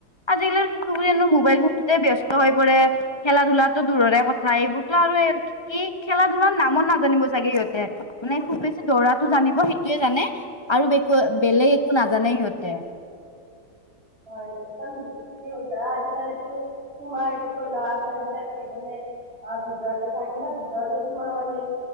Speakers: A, on the left (about 20°); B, on the right (about 25°).
A: আজিকালিৰ শিশুবিলাকে নো ম'বাইল ফোনটোতে ব্যস্ত হৈ পৰে। খেলা ধূলাটো দূৰৰে কথা, এইবোৰটো আৰু এই এই খেলা ধূলাৰ নামো নাজানিব চাগে সিহঁতে, মানে খুব বেছি দৌৰা টো জানিব সেইটোৱে জানে আৰু একো বেলেগ একো নাজানে সিহঁতে।
B: হয়, একদম। হৈছে আজিকালিটো তোমাৰ কি কয় ল'ৰা ছোৱালী বিলাকে মানে আ, ভিতৰতে থাকে বা ভিতৰতে তোমাৰ মানে